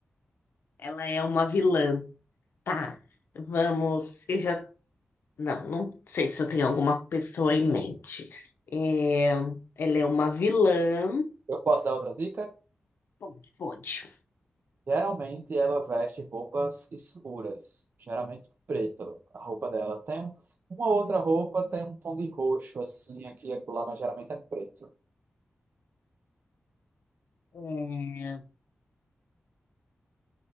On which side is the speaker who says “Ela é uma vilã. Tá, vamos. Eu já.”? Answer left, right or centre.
Left